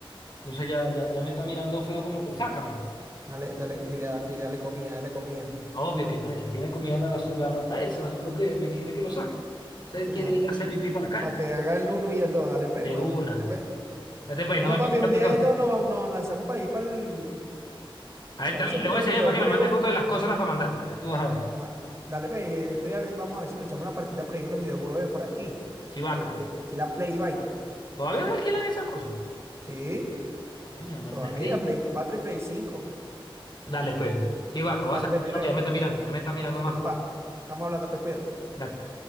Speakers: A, on the left; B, on the right.
A: Entonces ya, ya, ya me está mirando feo como que sácame.
B: Dale, dale, y, le, da- y dale comida, dale comida.
A: Obvio que no, ya tiene comida la, la rata esa, solo que me quiere que lo saque. Se
B: <laughs>
A: quiere ir a hacer pipí para la calle.
B: Para que haga el uno y el dos, dale pe,
A: De
B: mano,
A: una.
B: dale pe.
A: Date pues,
B: Bueno,
A: no vemos
B: papi, un día
A: entonces.
B: de esto nos, nos lanzamos para ir para el,
A: Ahí está, le
B: centro
A: voy
B: ese
A: a decir
B: de videojuegos.
A: mira, para que me mande fotos de las cosas para mandártelas. Ya tú vas a ver.
B: Ajá, dale pe, y estoy a ver, vamos a ver si nos echamos una partida por ahí en los videojuegos de por aquí,
A: Si vaca.
B: que, que alquilan Play y vaina.
A: ¿Todavía no alquilan esas cosas?
B: Sí,
A: Coño, vamos
B: todavía,
A: a tener que ir.
B: Play 4 y Play cinco
A: Dale, pues. Sí, vaca, voy
B: Dale
A: a sacar
B: pe, mi rey,
A: lo que ya me está mirando, ya me está mirando
B: dale
A: más
B: papá.
A: feo.
B: Estamos hablando, pues cuídate.
A: Date.